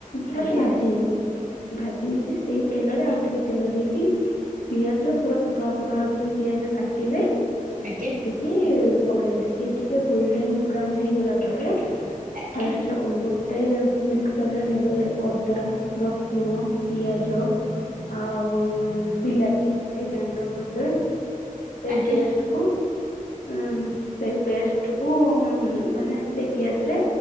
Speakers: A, on the left (about 80°); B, on the right (about 75°).
A: ଫାଷ୍ଟ
B: ଆଜ୍ଞା
A: ଭାଜି ନେବେ, ଭାଜି ନେଇକି ସେଇ ତେଲରେ ଆଉ ଟିକେ ତେଲ ଦେଇକି ପିଆଜ ପୁରା ପତଳା-ପତଳା କରି ପିଆଜ କାଟିବେ।
B: ଆଗ୍ୟା।
A: କି ପକେଇବେ, ସିଏ ଟିକେ ଗୋଲ୍ଡେନ ବ୍ରାଉନ୍ ହେଇଗଲା ପରେ
B: ଆଜ୍ଞା
A: ଫାଷ୍ଟ ଗୋଟେ ମିକ୍ସରରେ ନେବେ ଅଦା ରସୁଣ, ପିଆଜ ଆଉ ବିଲାତି ନେଇ ଗାଇଣ୍ଡର କରିଦେବେ, ସେଇ
B: ଆଜ୍ଞା
A: ପେଷ୍ଟ କୁ ଉଁ ସେଇ ପେଷ୍ଟକୁ ଉଁ ମାନେ ସେଇ ପିଆଜ ରେ